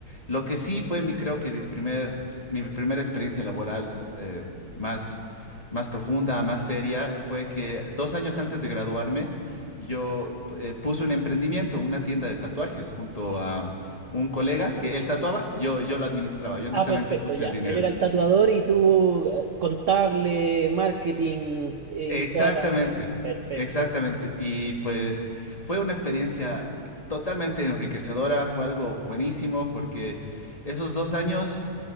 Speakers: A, on the left; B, on the right.
A: Lo que sí fue, mi, creo que mi primer, mi primera experiencia laboral eh, más, más profunda, más seria, fue que dos años antes de graduarme, yo eh, puse un emprendimiento, una tienda de tatuajes, junto a un colega que él tatuaba, yo, yo lo administraba, yo
B: Ah,
A: netamente
B: perfecto,
A: puse
B: ya.
A: el dinero.
B: Él era el tatuador y tú eh, contable, marketing eh,
A: Exactamente,
B: y toda la... Perfecto.
A: exactamente. Y pues fue una experiencia totalmente enriquecedora, fue algo buenísimo porque esos dos años